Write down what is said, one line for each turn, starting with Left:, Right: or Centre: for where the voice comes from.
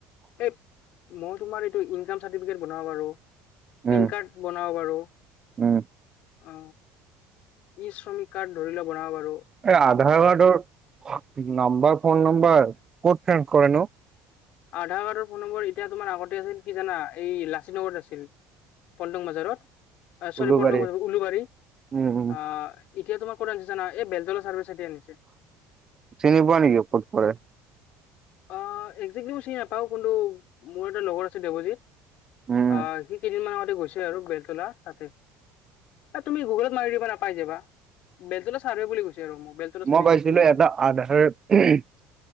Left: এই মই তোমাৰ এইটো ইনকাম চাৰ্টিফিকেট বনাও বাৰু।
Right: উম
Left: পেণ কাৰ্ড বনাও বাৰু।
Right: উম
Left: অ ই শ্ৰমিক কাৰ্ড ধৰি লোৱা বনাব পাৰা।
Right: এই আধাৰ কাৰ্ডৰ নাম্বাৰ ফোন নাম্বাৰ ক'ত চেঞ্জ কৰে নো?
Left: আধাৰ কাৰ্ডৰ ফোন নম্বৰ এতিয়া তোমাৰ আগতে আছিল কি জানা এই লাচিত নগৰত আছিল। পল্ডং বজাৰত, চৰি
Right: উলুবাৰী
Left: পল্ডং বজাৰত উলোবাৰী,
Right: উম উম
Left: আ এতিয়া তোমাৰ কত আছে জানা এই বেলতলা চাৰ্ভিচ চাইডে আনিছে
Right: চিনিব নিকি ক'ত কৰে?
Left: অ, একজেক্টলি মই চিনি নাপাও কিন্তু মোৰ এটা লগৰ আছে দেৱজিত।
Right: উম
Left: অ, সি কেইদিন মান আগত গৈছে আৰু বেলতেলা তাতে, এ তুমি গুগলত মাৰি দিব নাপাই যাবা। বেলতলা চাৰ্ভে বুলি কৈছে আৰু মোক বেলতলা চাইডে
Right: মই পাইছিলো
Left: নিছে বুলি
Right: এটা
Left: কৈছে
Right: আধাৰ উহুম